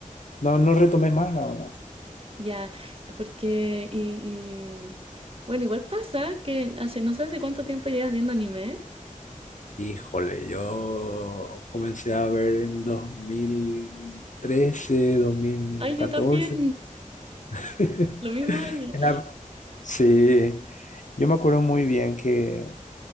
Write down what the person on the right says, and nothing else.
Ya, porque... Y, y- Bueno, igual pasa que hace, no sé hace cuánto tiempo llevas viendo anime.
Ay, yo también,
los mismos años.